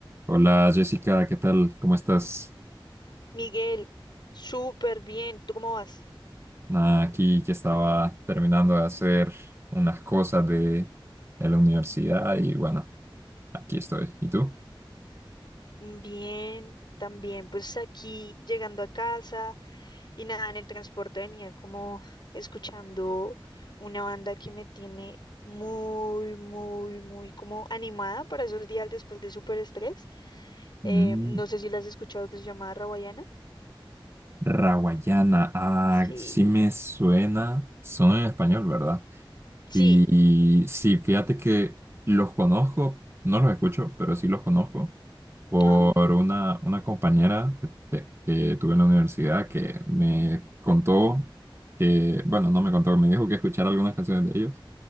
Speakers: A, on the right; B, on the left.
A: Hola Jessica, ¿qué tal? ¿Cómo estás?
B: Miguel, súper bien. ¿Tú cómo vas?
A: Nada, aquí que estaba terminando de hacer unas cosas de, de la universidad y bueno, aquí estoy. ¿Y tú?
B: Bien, también. Pues aquí, llegando a casa y nada, en el transporte venía como escuchando una banda que me tiene muy, muy, muy como animada para esos días después de súper estrés. Eh,
A: Mm,
B: no sé si la has escuchado que se llama Rawayana.
A: Rawayana, ah,
B: Sí.
A: sí me suena, son en español, ¿verdad?
B: Sí.
A: Y, y sí, fíjate que los conozco, no los escucho, pero sí los conozco. por
B: Ah, ok.
A: una, una compañera que, te- que tuve en la universidad que me contó que, bueno, no me contó, me dijo que escuchara algunas canciones de ellos.